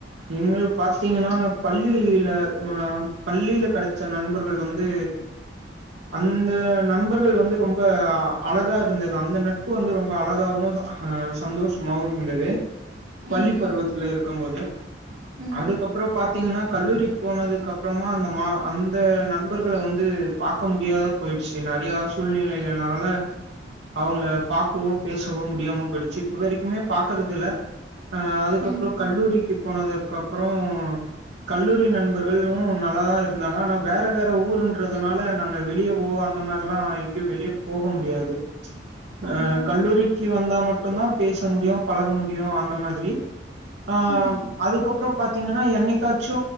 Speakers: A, on the right; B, on the right.
A: எங்ளு பாத்தீங்கன்னா பள்ளியில ஆ பள்ளியில கெடச்ச நண்பர்கள் வந்து அந்த நண்பர்கள் வந்து ரொம்ப அழகா இருந்தது அந்த நட்பு வந்து ரொம்ப அழகாவு ஆ சந்தோஷமாவு இருந்தது பள்ளி
B: ம்
A: பருவத்துல
B: ம்
A: இருக்கம் போது
B: ம்
A: அதுக்கப்றோ பாத்தீங்கன்னா கல்லூரி போனதுக்கப்றமா அந்த மா அந்த நண்பர்கள வந்து பாக்க முடியாத போய்ட்ச்சு ந நறையா சூழ்நிலைகளால அவுங்கள பாக்கவோ பேசவோ முடியாம போய்டுச்சி இப்ப வரைக்குமே பாக்கறதில்ல ஆ அதுக்கப்றோ
B: ம்
A: கல்லூரிக்கி போனதற்கப்றோ கல்லூரி நண்பர்களு நல்லா தா இருந்தாங்க ஆனா வேற வேற ஊருன்றதுனால நாங்க வெளியவோ அந்த மார்லா எங்கியு வெளிய போக முடியாது ஆ
B: ஆமா
A: கல்லூரிக்கி வந்தா மட்டுந்தா பேச முடியு பழக முடியு அந் மாதிரி ஆ
B: ம்
A: அதுக்கப் பற பாத்திங்கன்னா என்னைக்காச்சு